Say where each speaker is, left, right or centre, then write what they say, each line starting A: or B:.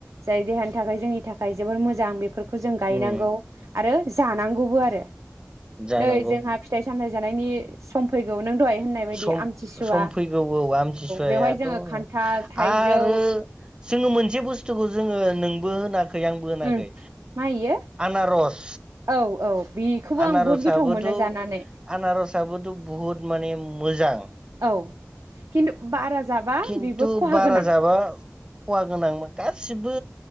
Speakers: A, on the right; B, on the right.
A: जाय देहानि थाखाय जोंनि थाखाय जोबोर मोजां बे फोरखौ जों गायनांगौ
B: उम
A: आरो जानांगौबो आरो
B: जानांगौ
A: नै जोंहा फिथाय सामथाय जानायनि सम फैगौ नों बायदि
B: सम
A: आमथिसुवा
B: सम फैगौ औ आमतसुवायाथ'
A: बेवहाय जोङो खान्थाल थाइजौ
B: आरो जोङो मोनसे बुस्थुखौ जोङो नोंबो होनाखै खै आंबो होनाखै
A: उम मा इयो
B: आनारस
A: औ औ बेखौबो
B: आनारसाबोथ'
A: आं बहुद गोथाव मोनो जानानै
B: आनारसाबोथ' बुहुत माने मोजां
A: औ खिन्थु बारा जाबा
B: खिन्थु
A: बेबो खहा
B: बारा
A: गोनां
B: जाबा खहा गोनां गासिबो